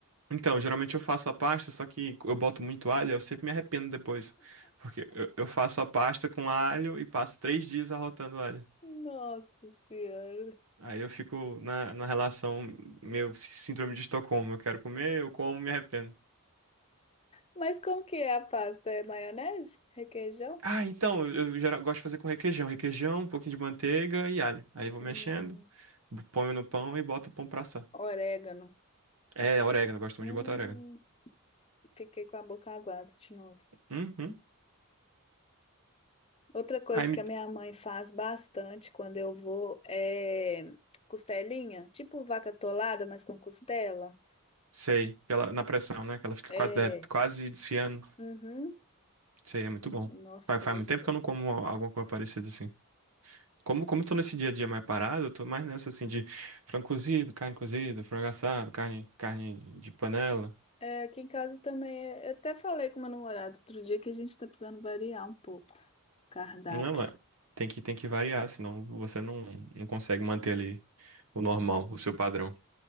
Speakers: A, on the right; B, on the left.
A: Então, geralmente eu faço a pasta, só que eu boto muito alho, eu sempre me arrependo depois. Porque eu, eu faço a pasta com alho e passo três dias arrotando alho.
B: Nossa Senhora.
A: Aí eu fico na, na relação meio síndrome de Estocolmo. Eu quero comer, eu como, me arrependo.
B: Mas como que é a pasta? É maionese? Requeijão?
A: Ah, então, eu eu geral, gosto de fazer com requeijão. Requeijão, um pouquinho de manteiga e alho. Aí eu vou
B: Hum.
A: mexendo, ponho no pão e boto o pão pra assar.
B: Orégano.
A: É, orégano, eu gosto muito
B: Hum,
A: de botar orégano.
B: fiquei com a boca aguada de novo.
A: Uhum.
B: Outra coisa
A: Aí me...
B: que a minha mãe faz bastante quando eu vou é costelinha, tipo vaca atolada, mas com costela.
A: Sei, que ela, na pressão, né? Que ela fica
B: É.
A: quase, derre- quase desfiando.
B: Uhum.
A: Sei, é muito bom.
B: Nossa,
A: Faz, faz
B: gostoso.
A: muito tempo que eu não como alguma coisa parecida assim. Como, como eu tô nesse dia a dia mais parado, eu tô mais nessa assim de frango cozido, carne cozida, frango assado, carne, carne de panela.
B: É, aqui em casa também, é- eu até falei com meu namorado outro dia que a gente tá precisando variar um pouco o cardápio,
A: Não, mas tem que, tem que variar, senão você não, não consegue manter ali o normal, o seu padrão.